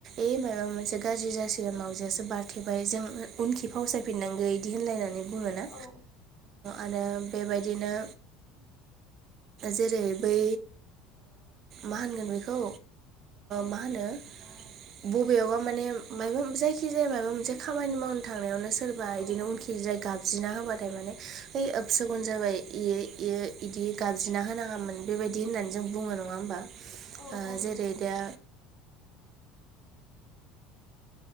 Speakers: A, on the right; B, on the left.
A: ए मायबा मोनसे गाज्रि जासिगोन मावजियासो बारथेबाय जों उनखि फावसायफिननांगो बिदि होनलायनानै बुङोना
B: औ
A: आरो बेबायदिनो जेरै बै मा होनगोन बेखौ मा होनो बबेयावबा माने मायबा जाय खिजाया मायबा मोनसे खामानि मावनो थांनायावनो सोरबा
B: औ
A: बिदिनो उनखि जाय गाब ज्रिना होबाथाय माने ओइ एबसोगुन जाबाय इयो इयो इदि गाबज्रिना होनाङामोन बेबायदि होननानै जों बुङो नङा होमबा
B: औ औ नंगौ औ खोनादों औ
A: जेरै
B: नंगौ
A: दा